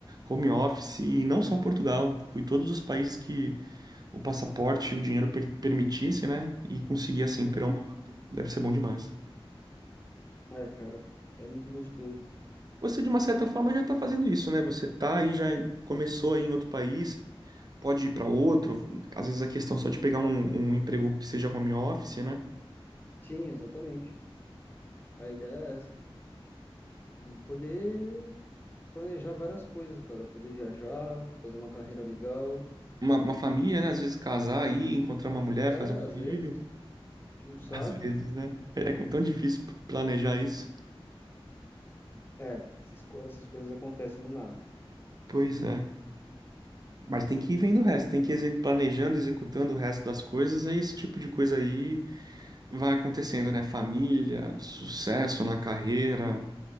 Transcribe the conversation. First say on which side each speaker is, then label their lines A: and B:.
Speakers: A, on the right; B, on the left.
A: Home office, e não só Portugal, tipo, e todos os países que o passaporte e o dinheiro per permitisse, né? E conseguir assim
B: Sim.
A: pegar um pouco. Deve ser bom demais.
B: É, cara. É muito gostoso.
A: Você, de uma certa
B: Sim,
A: forma, já está fazendo isso, né? Você tá aí, já começou aí em outro país, pode ir para outro. Às vezes a questão só de pegar um, um emprego que seja home office, né?
B: Sim, exatamente. A ideia é essa. E poder planejar várias coisas, cara. Poder viajar, fazer uma carreira legal.
A: Uma, uma família, né? Às vezes casar aí, encontrar uma mulher,
B: É,
A: fazer um
B: às
A: filho.
B: vezes, a gente não sabe.
A: <laughs> Às vezes, né? É é tão difícil planejar isso.
B: É, essas, co- essas coisas acontecem do nada.
A: Pois é. Mas tem que ir vendo o resto, tem que ir exe- planejando, executando o resto das coisas, aí esse tipo de coisa aí vai acontecendo, né? Família, sucesso na carreira,